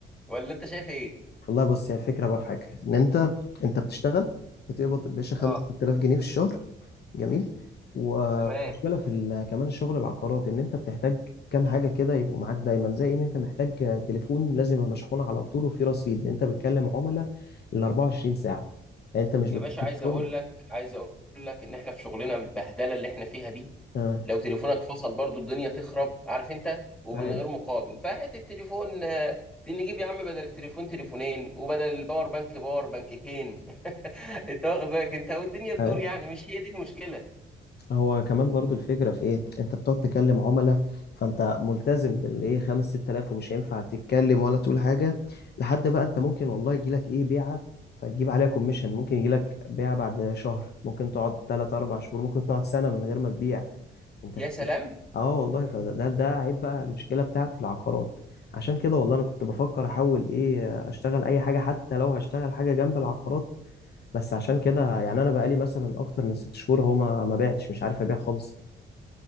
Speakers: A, in the centre; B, on the left.
A: ولا انت شايف ايه
B: والله بص هي الفكرة بقى في حاجة إن أنت أنت بتشتغل بتقبض يا باشا 5000
A: اه
B: جنيه في الشهر جميل مم. ومشكلة
A: تمام
B: في ال- كمان الشغل العقارات ان انت بتحتاج كام حاجة كده يبقوا معاك دايما زي ان انت محتاج تليفون لازم يبقى مشحون على طول وفيه رصيد انت بتكلم عملاء ال 24 ساعة يعني انت مش
A: يا
B: بتروح
A: باشا عايز
B: الشغل
A: اقول لك عايز اقول لك ان احنا في شغلنا بالبهدله اللي احنا فيها دي
B: اه
A: لو تليفونك فصل برضو الدنيا تخرب عارف انت ومن
B: ايوه
A: غير مقابل فهات التليفون آه، دي نجيب يا عم بدل التليفون تليفونين وبدل الباور بانك باور بانككين <laughs> انت واخد بالك انت والدنيا تدور
B: <laughs>
A: يعني مش هي دي المشكله
B: هو كمان برضو الفكرة في ايه انت بتقعد تكلم عملاء فانت ملتزم بالايه خمس ست الاف ومش هينفع تتكلم ولا تقول حاجة لحد بقى انت ممكن والله يجيلك ايه بيعة فتجيب عليها كوميشن ممكن يجيلك بيعة بعد شهر ممكن تقعد تلات اربع شهور ممكن تقعد سنة من غير ما تبيع انت
A: يا
B: فاهم
A: سلام
B: اه والله فده ده عيب بقى المشكلة بتاعت العقارات عشان كده والله انا كنت بفكر احول ايه اشتغل اي حاجة حتى لو هشتغل حاجة جنب العقارات بس عشان كده يعني انا بقالي مثلا اكتر من ست شهور هو ما ما بعتش مش عارف ابيع خالص